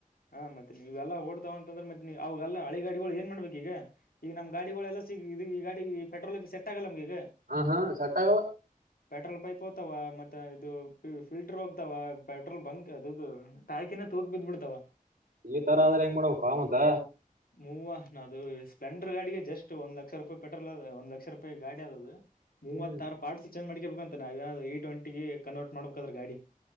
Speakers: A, on the left; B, on the right.
A: ಹಾ ಮತ್ತೆ ನೀವೆಲ್ಲ ಓಡ್ತಾವ ಅಂತಂದ್ರೆ ಮ್ ಅವೆಲ್ಲ ಅಳಿಗ ಗಾಗಳು ಏನ್ ಮಾಡ್ಬೇಕ ಈಗ ಈಗ ನಮ ಗಾಡಿಗಳೆಲ್ಲ ಸಿಗ ಈ ಗಾಡಿ ಪೆ್ರೋಲ್ ಸೆಟ್ ಆಗಲ್ಲಮಗೆ
B: ಹಾ ಹಾ ಸಟ್ಟಾಗ
A: ಪೆಟ್ರೋಲ್ ಪೈಪ್ ಮತ್ತೆ ಇದು ಫಿಲ್ಟರ್ ಹೋಗ್ತಾವ ಪೆಟ್ರೋಲ್ ಬಂಕ್ ಅದು ಾಕಿನ ತೂತ್ ಬಿದ್ ಬಿಡ್ತಾವ
B: ಈ ತರ ಆದ್ರ ಹೆಂಗ್ ಮಾಡ್ಬೇಕ ಮತ್ತ
A: ಹೂವ ನಾ ಅದು ಸ್ಪ್ಲೆಂಡರ್ ಗಾಡಿಿಗೆ ಜಸ್ಟ್ ಒಂದ ಲಕ್ಷ ರೂಪಾಯಿ ಪೆಟ್ರೋಲ್ ಅದ ಒ್ ಲಕ್ಷ ರೂಪಾಯಿ ಗಾಡಿ ಅದ ಅದು ಮೂವತ್ತಾರು
B: ಹ್ಮ್
A: ಪ್ಟ್ಸ್ ಚೇಂಜ್ ಮಾಡ್ಕೇಬೇಕಂತ ನಾವವುೇಏನಾದ್ ಇ ಟ್ವೆಂಟಿಗೆ ಕನ್ವರ್ಟ್ ಮಾಡ್ಬೇಕಾದ್ರೆ ಗಾಡಿ